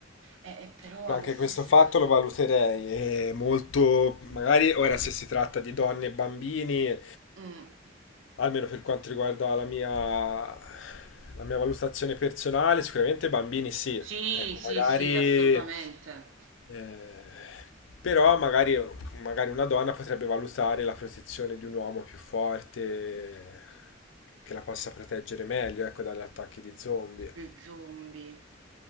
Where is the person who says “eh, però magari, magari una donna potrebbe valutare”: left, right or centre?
Left